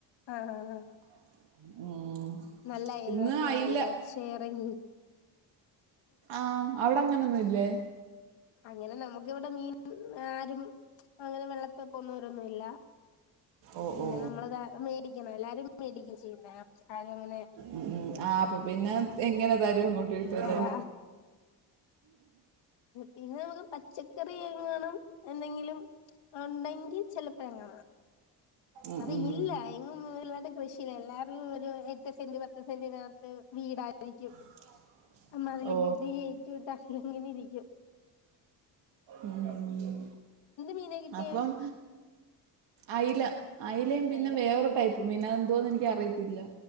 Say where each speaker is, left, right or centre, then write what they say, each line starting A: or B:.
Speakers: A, on the left; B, on the right.
A: ആഹ് ആഹ് ആഹ്
B: ഉം
A: നല്ല അയൽവാസികളാല്യോ
B: ഇന്ന് അയില
A: ഷെയറിങ്ങ്
B: ആഹ് അവടങ്ങനൊന്നു ല്ലേ?
A: അങ്ങനെ നമുക്ക് വ്ടെ മീൻ ആരും അങ്ങനെ വെള്ളത്തി പോന്നോരൊന്നുല്ല.
B: ഓ
A: പിന്നെ
B: ഓ
A: നമ്മളതാ മേടിക്കണം എല്ലാരും മേടിക്ക ചെയ്യ്ന്ന ആരും അങ്ങനെ
B: ഉം ആഹ് അപ്പൊ പിന്നെ എങ്ങനെ തരും അങ്ങോട്ട് കിട്ടല്ലേ
A: അതാ പിന്നെ നമക്ക് പച്ചക്കറിയെങ്ങാനും എന്തെങ്കിലും ഉണ്ടെങ്കി ചെലപ്പങ്ങനെ
B: ഉം,
A: അത്
B: ഉം.
A: ഇല്ല എൻ ഉം വല്ലാതെ കൃഷിയില്ല എല്ലാരും ഒരു എട്ട് സെന്റ് പത്ത് സെന്റിനകത്ത് വീടായിരിക്കും.
B: <inaudible>
A: അമ്മ അതിലെങ്കി
B: ഓ
A: <unintelligible> <unintelligible> ഇങ്ങനെയിരിക്ക്യും.
B: ഉം
A: മീനാ കിട്ടിയേ
B: അപ്പം അയ്ല അയ്ലേം പിന്നെ
A: അയില
B: വേറൊരു ടൈപ്പ് മീനാ അതെന്തോന്ന് എനിക്കറിയത്തില്ല.